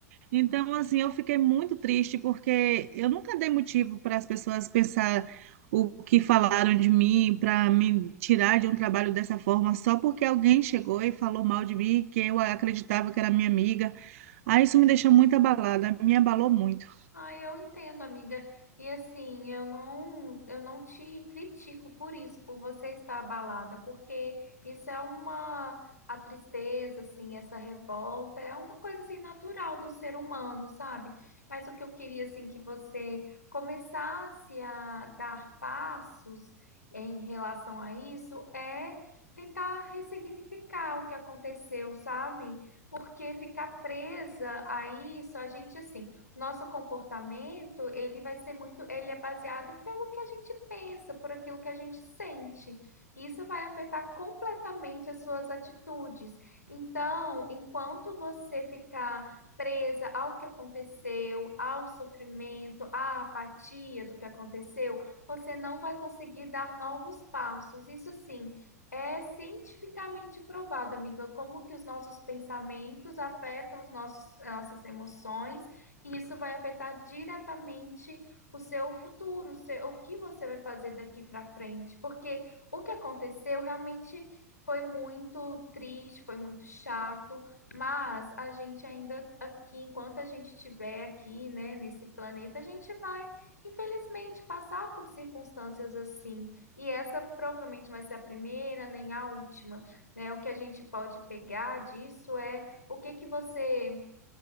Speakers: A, on the right (about 55°); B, on the left (about 85°).
A: Então, assim, eu fiquei muito triste porque eu nunca dei motivo para as pessoas pensar o que falaram de mim, para me tirar de um trabalho dessa forma, só porque alguém chegou e falou mal de mim, que eu acreditava que era minha amiga. Aí isso me deixou muito abalada, me abalou muito.
B: Ai, eu entendo, amiga. E assim, eu não, eu não te critico por isso, por você estar abalada, porque isso é uma, a tristeza, assim, essa revolta, é uma coisa assim natural do ser humano, sabe? Mas o que eu queria assim que você começasse a dar passos em relação a isso é tentar ressignificar o que aconteceu, sabe? Porque ficar presa a isso, a gente assim nosso comportamento, ele vai ser muito, ele é baseado pelo que a gente pensa, por aquilo que a gente sente. Isso vai afetar completamente as suas atitudes. Então, enquanto você ficar presa ao que aconteceu, ao sofrimento, à apatia do que aconteceu, você não vai conseguir dar novos passos. Isso sim, é cientificamente provado, amiga, como que os nossos pensamentos afetam os nossos, nossas emoções e isso vai afetar diretamente o seu futuro, o seu- o que você vai fazer daqui para frente, porque o que aconteceu realmente foi muito triste, foi muito chato, mas a gente ainda aqui, enquanto a gente estiver aqui, né, nesse planeta, a gente vai, infelizmente, passar por circunstâncias assim, e essa provavelmente vai ser a primeira, nem a última, né? O que a gente pode pegar disso é o que que você